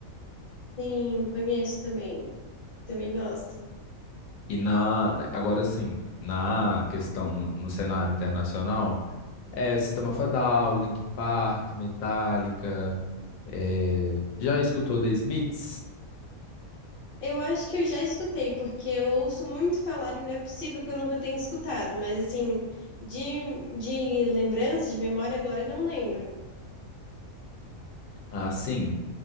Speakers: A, on the left; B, on the left.
A: Sim, conheço também. Também gosto.
B: E na, agora sim, na questão, no no cenário internacional, É, System of a Down, Linkin Park, Metallica. é, Já escutou The Smiths?
A: Eu acho que eu já escutei, porque eu ouço muito falar e não é possível que eu nunca tenha escutado, mas assim, de, de lembrança, de memória, agora eu não lembro.
B: Ah, sim.